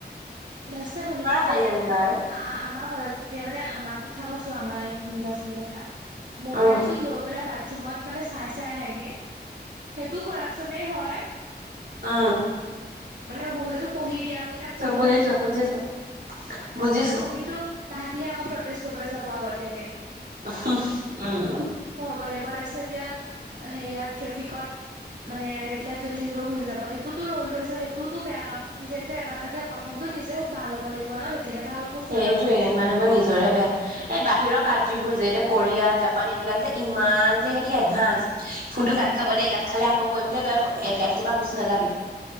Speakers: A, on the right; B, on the right.
A: ধা শুনিবা
B: খালি
A: দেই
B: যেনিবা আৰু
A: আমাৰ কলেজত এতিয়া মানে আমাৰ কথা কৈছো আমাই খিনি ল'ৰা ছোৱালীৰ কথা মোবাইলতটো
B: উম
A: লৈ পেলাই ৰুমত মানে চাই চাই আহেগে সেইটো কপচনে হয়
B: অঁ
A: মানে বহুততো পঢ়ি দিয়া আমি এটা পঢ়িহে
B: বুজিছো
A: দিওঁ
B: বুজিছো। বুজিছো
A: আকৌ কিন্তু তাহাতে আকৌ প্ৰটছ কৰিবলৈ যাব আগতীয়াকৈ
B: অঁ
A: বলে তাৰপিত এতিয়া হেৰিয়াত ট্ৰেফিকত মানে ৰেড লাইট জ্বলি থাকিলেও গুচি যাব সেইটোতো ৰ'ল ধৰিছ সেইটোওতো বেয়া কাম নিজে নিজ এটা তাকে প্ৰথমটো নিজে ভাল হ'ব লাগিব ন তেতিয়াহে ভাল হ'ব চব
B: সেইটয়ে মানুহবোৰ নিজৰে বেয়া এ বাহিৰৰ কানট্ৰিবোৰ যে দে কোৰিয়া জাপান এইবিলাক যে ইমান যে সিহঁত এডভান্স ফোনটো কাট খাব দেই কাট খালে আকৌ কৰিম দে তই এপটোৰ পৰা গুচি নাযাবি